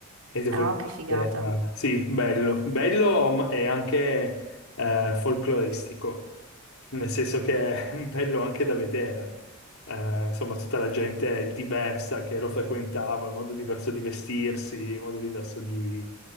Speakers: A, on the left (about 75°); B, on the right (about 80°).
A: e devo
B: ah. Oh, che
A: dire
B: figata.
A: che era, sì, bello, bello ma- e anche eh, folcloristico, nel senso che è <laughs> bello anche da vedere. Eh, insomma, tutta la gente diversa che lo frequentava, il modo diverso di vestirsi, il modo diverso di,